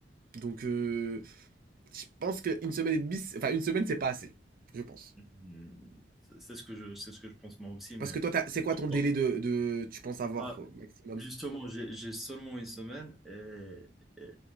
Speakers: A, on the right; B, in the centre.
A: Donc, euh, je pense qu'une semaine et demie, c'est- enfin, une semaine, c'est pas assez, je pense.
B: Hmm, C'est c'est ce que je, c'est ce que je pense moi aussi, mais
A: Parce que toi, t'as- c'est quoi ton délai
B: Bon,
A: de, de- tu penses avoir
B: bah,
A: au maximum?
B: justement, j'ai j'ai seulement une semaine et, et-